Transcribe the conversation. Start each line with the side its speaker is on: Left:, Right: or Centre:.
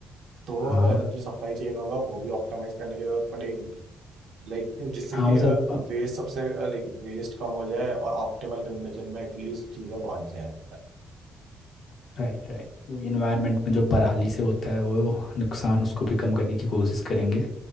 Right: तो
Left: हाँ
Right: अ, जो सप्लाई चेन होगा वो भी ऑप्टिमाइज करने की जरूरत पड़ेगी लाइक जिससे
Left: हाँ
Right: कि
Left: वो सब
Right: वेस्ट सबसे लाइक वेस्ट कम हो जाए और ऑप्टिमल कंडीशन में एटलीस्ट चीज़ें पहुंच जाए
Left: राइट राइट वो इन्वायरमेंट में जो पराली से होता है वो नुकसान उसको भी कम करने की कोशिश करेंगे